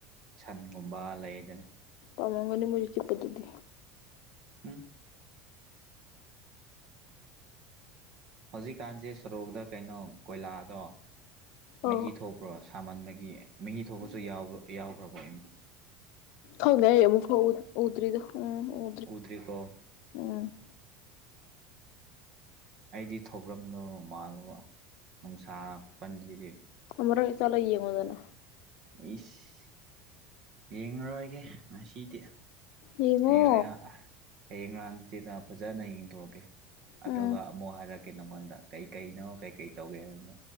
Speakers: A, on the right (about 55°); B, on the left (about 65°).
A: ꯁꯟꯒꯨꯝꯕ ꯂꯩꯗꯅ
B: ꯑꯃ ꯉꯅꯤ ꯃꯔꯤ ꯆ ꯄꯠꯇꯗꯤ
A: ꯎꯝ ꯍꯧꯖꯤꯛꯀꯥꯟꯁꯦ ꯁꯣꯔꯣꯛꯗ ꯀꯩꯅꯣ ꯀꯣꯏꯂꯥꯗꯣ
B: ꯑꯣ
A: ꯃꯍꯤ ꯊꯣꯛ ꯭ꯔꯣ ꯁꯥꯃꯟꯕꯒꯤ ꯃꯤꯤ ꯊꯣꯛꯄꯁꯨꯕ ꯌꯥꯎꯈ꯭ꯔꯕꯣ
B: ꯍꯅꯦ ꯎꯗ꯭ꯔꯔꯤꯗꯨ ꯎ
A: ꯎꯗꯔꯤꯀꯣ
B: ꯎꯝ
A: ꯑꯩꯗꯤ ꯊꯧꯒ꯭ꯔꯝꯗꯣ ꯃꯥꯜꯂꯣ ꯅꯨꯡꯁꯥ ꯀꯟꯁꯤꯗꯤ
B: ꯑꯃꯔ ꯆꯂ ꯏꯦ ꯃꯗꯅ
A: ꯏꯁ ꯌꯦꯡꯉꯔꯣꯏꯒꯦ ꯉꯁꯤꯗꯤ
B: ꯌꯦꯡꯉꯣ
A: ꯍꯌꯦꯡ ꯍꯌꯦꯡ ꯉꯔꯥꯡꯁꯤꯦꯗ ꯐꯖꯅ ꯌꯦꯡꯊꯣꯛꯑꯒꯦ ꯑꯗꯨꯒ
B: ꯎꯝ
A: ꯑꯃꯨꯛ ꯍꯥꯏꯔꯛꯀꯦ ꯅꯪꯉꯣꯟꯗ ꯀꯩꯀꯩꯅꯣ ꯀꯩꯀꯩ ꯇꯧꯒꯦ ꯍꯥꯏꯅꯣ